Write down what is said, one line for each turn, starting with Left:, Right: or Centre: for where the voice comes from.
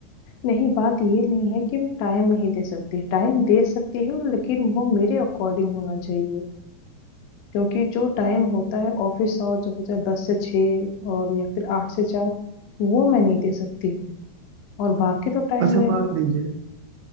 Left: नहीं बात ये नहीं है कि मैं टाइम नहीं दे सकती टाइम दे सकती हूँ लेकिन वो मेरे अकॉर्डिंग होना चाहिए क्योंकि जो टाइम होता है ऑफिस आवर जो होता है दस से छः और या फिर आठ से चार वो मैं नहीं दे सकती हूँ और बाकी तो टाइम
Right: अच्छा
Left: में
Right: मान लीजिए